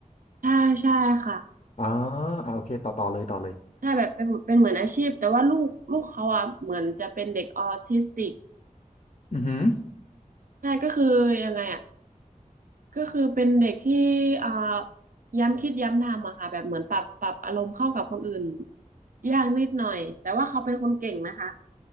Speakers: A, on the right; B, on the left.
A: ใช่ใช่ค่ะ
B: อ๋ออ่าโอเคต่อต่อเลยต่อเลย
A: ใช่แบบเป็นเป็นเหมือนอาชีพแต่ว่าลูกลูกเขาอ่ะเหมือนจะเป็นเด็กออทิสติก
B: อือหือ
A: ใช่ก็คือยังไงอ่ะ ก็คือเป็นเด็กที่อ่าย้ำคิดย้ำทำอะค่ะแบบเหมือนปรับปรับอารมณ์เข้ากับคนอื่นยากนิดหน่อยแต่ว่าเขาเป็นคนเก่งนะคะ